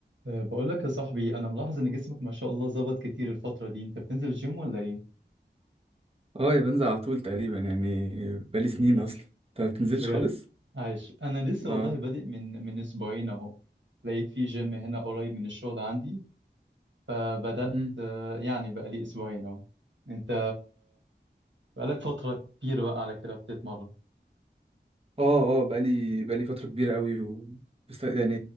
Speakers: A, on the right; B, on the right.
A: أه، بقول لك يا صاحبي انا ملاحظ ان جسمك ما شاء الله ظبط كتير الفتره دي انت بتنزل الجيم ولا ايه
B: اه يا بنزل على طول تقريبا يعني بقالي سنين اصلا انت ما بتنزلش
A: بجد
B: خالص
A: عايش انا لسه
B: اه
A: والله بادئ من من اسبوعين اهو لقيت في جيم هنا قريب من الشغل عندي فبدات
B: مم.
A: أه، يعني بقالي اسبوعين اهو انت بقالك فتره كبيره بقى على كده بتتمرن
B: اه اه بقالي بقالي فترة كبيرة قوي و... بست... يعني